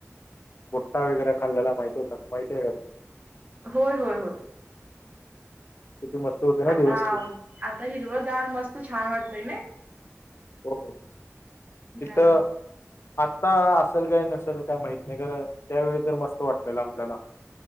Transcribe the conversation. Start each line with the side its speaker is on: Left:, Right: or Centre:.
Left: भुट्टा वगैरे खाल्ल्याला माहिती होता का? माहितीय का तुला?
Right: होय होय होय.
Left: किती मस्त होते ना
Right: आता
Left: दिवस ते.
Right: आता हिरवगार मस्त छान वाटतय नाही?
Left: होय. तिथं
Right: हा
Left: आत्ता असेल काय? नसेल काय? माहीत नाही खरं त्यावेळी- तर मस्त वाटलेलं आपल्याला.